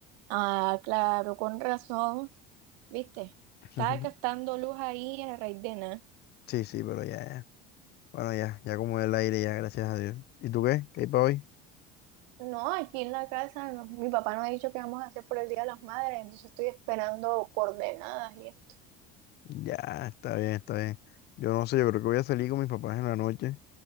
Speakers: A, on the right; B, on the left.
A: Ah, claro, con razón, ¿viste?
B: <laughs>
A: Estaba gastando luz ahí en el raíz de nada.
B: Sí, sí, pero ya, ya. Bueno, ya, ya como el aire, ya, gracias a Dios. ¿Y tú qué? ¿Qué hay para hoy?
A: No, aquí en la casa no, mi papá nos ha dicho que vamos a hacer por el Día de las Madres, entonces estoy esperando coordenadas y esto.
B: Ya, está bien, está bien. Yo no sé, yo creo que voy a salir con mis papás en la noche,